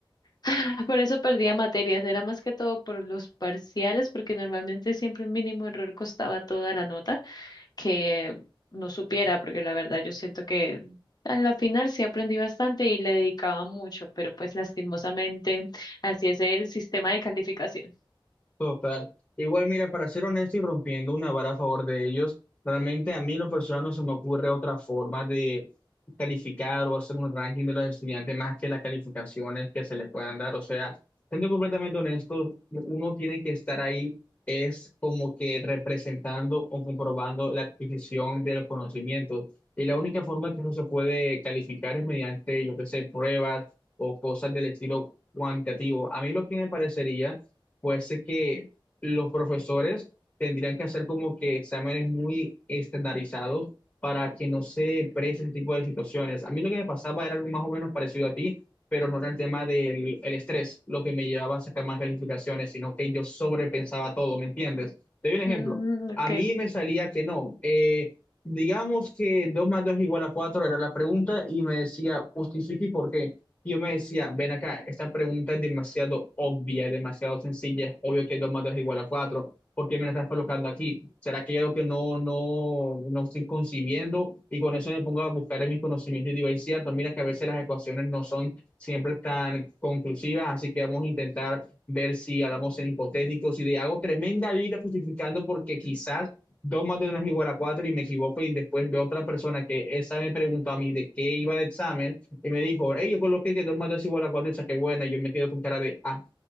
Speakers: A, on the left; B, on the left.
A: <laughs> por eso perdía materias, era más que todo por los parciales, porque normalmente siempre un mínimo error costaba toda la nota que no supiera, porque la verdad yo siento que a la final sí aprendí bastante y le dedicaba mucho, pero pues lastimosamente así es el sistema de calificación.
B: Total. Igual, mira, para ser honesto y rompiendo una vara a favor de ellos, realmente a mí en lo personal no se me ocurre otra forma de calificar o hacer un ranking de los estudiantes más que las calificaciones que se les puedan dar. O sea, siendo completamente honesto, uno tiene que estar ahí, es como que representando o comprobando la adquisición de los conocimientos. Y la única forma que no se puede calificar es mediante, yo qué sé, pruebas o cosas del estilo cuantitativo. A mí lo que me parecería fuese que los profesores tendrían que hacer como que exámenes muy estandarizados para que no se presen ese tipo de situaciones. A mí lo que me pasaba era algo más o menos parecido a ti, pero no era el tema del el estrés lo que me llevaba a sacar más calificaciones, sino que yo sobrepensaba todo, ¿me entiendes? Te doy un ejemplo.
A: Mm,
B: A
A: ok.
B: mí me salía que no. eh, digamos que 2 más 2 es igual a 4 era la pregunta y me decía, justifique y por qué. Y Yo me decía, ven acá, esta pregunta es demasiado obvia, es demasiado sencilla, es obvio que 2 más 2 es igual a cuatro ¿por qué me la estás colocando aquí? ¿Será que hay algo que no, no, no estoy concibiendo? Y con eso me pongo a buscar en mis conocimientos y digo, es cierto, mira que a veces las ecuaciones no son siempre tan conclusivas, así que vamos a intentar ver si hablamos en hipotéticos y le hago tremenda vida justificando porque quizás 2 más 2 no es igual a 4 y me equivoco y después veo otra persona que esa me preguntó a mí de qué iba el examen y me dijo, hey, yo coloqué que 2 más 2 igual a 4 y saqué buena. Y yo me quedo con cara de, ah,